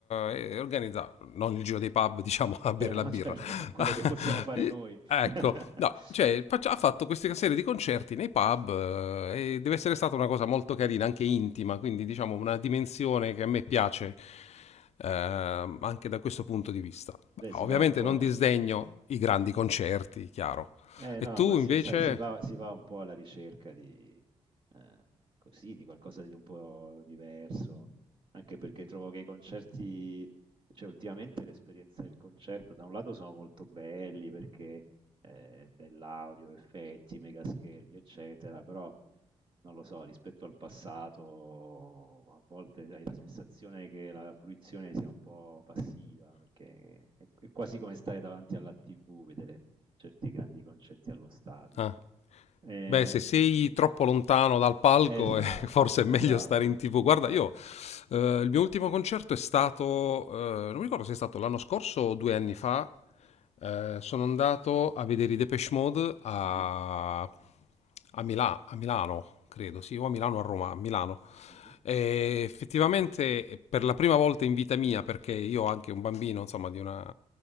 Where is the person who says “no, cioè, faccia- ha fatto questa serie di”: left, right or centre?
Left